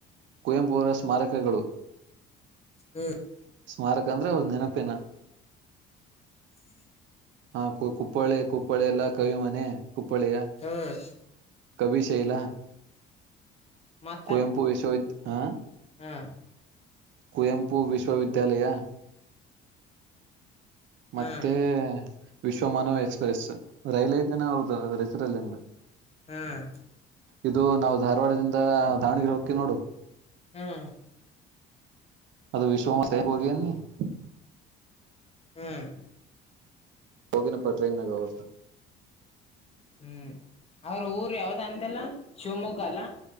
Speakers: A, on the right; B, on the left.
A: ಕುವೆಂಪು ಅವರ ಸ್ಮಾರಕಗಳು.
B: ಹ್ಮ್
A: ಸ್ಮಾರಕ ಅಂದ್ರ ಅವ್ರ ನೆನಪಿನ.
B: <inaudible>
A: ಹಾ ಕು ಕುಪ್ಪಳಿ ಕುಪ್ಪಳಿ ಎಲ್ಲ ಕವಿ ಮನೆ ಕುಪ್ಪಳಿಯ
B: ಹ್ಮ್
A: ಕವಿಶೈಲ
B: ಮತ್ತ
A: ಕುವೆಂಪು ವಿಶ್ವವಿ ಹಾ
B: ಹ್ಮ್
A: ಕುವೆಂಪು ವಿಶ್ವವಿದ್ಯಾಲಯ ಮತ್ತೆ
B: ಹ್ಮ್
A: ವಿಶ್ವ ಮಾನವ ಎಕ್ಸ್ಪ್ರೆಸ್ ರೈಲ್ ಐತ್ ಅನ ಅವ್ರ ಹೆಸರಲ್ಲಿ
B: ಹ್ಮ್
A: ಇದು ನಾವು ಧಾರವಾಡದಿಂದ ದಾವಣಗೆರೆ ಹೋಕಿ ನೋಡು
B: ಹ್ಮ್
A: ಅದು ವಿಶ್ವ ಹೋಗ ನೀ <unintelligible>
B: ಹ್ಮ್
A: ಹೋಗಿನಪ್ಪ ಟ್ರೈನ್ಾಗ ಅವ್ರ
B: ಹ್ಮ್ ಅವ್ರ ಊರ್ ಯಾವ್ದ ಅಂದಲ್ಲ ಶಿವಮೊಗ್ಗ ಅಲ್ಲ